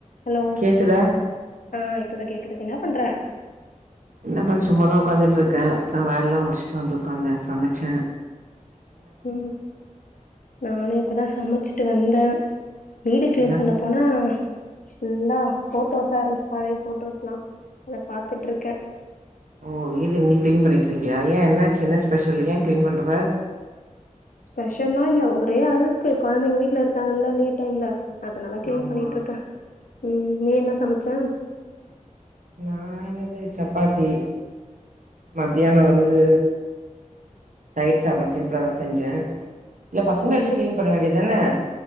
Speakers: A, on the left (about 80°); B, on the right (about 75°).
A: Hello
B: கேக்குதா
A: ஆஹ இப்பதா கேக்குது என்னப் பன்ற
B: என்ன பண்ண சும்மாதா உட்காந்துட்டு இருக்கே பதா வேல எல்லா முடிச்சுட்டு வந்து உட்காந்தேன் சமைச்ச
A: உம் நாநே இப்பதா சமைச்சு ட்டு வந்த வீடு கிளீன்
B: என்ன
A: பண்ண
B: ஸ்
A: போனா ஃபுல்லா போட்டோஸா இருச்சு பழைய போட்டோஸ்லா அத பாத்துட்டு இருக்க
B: ஓ இது இன்னிக்கு கிளீன் பண்ணிட்டு இருக்கியா ஏன் என்னாச்சு என்னா ஸ்பே ஸ்பெஷல் ஏ கிளீன் பண்ணற
A: ஸ்பெஷல்லா இல்ல ஒரே அழுக்கு குழந்தைங்க வீட்டு்ல இருக்காங்கல்ல லீவ் டைம்ல அதனால்லா கிளீன்
B: ஆமா
A: பண்ணிட்டு இருக்க உம் நீ என்ன சமைச்ச
B: நா என்னது சப்பாத்தி மத்தியான வந்து தய்ர் சாதோ சிம்ப்ள்லா தா செஞ்சே இல்ல பசங்கள
A: வெயிலுக்
B: வச்சு க்ளீன் பண்ண வேண்டிதானே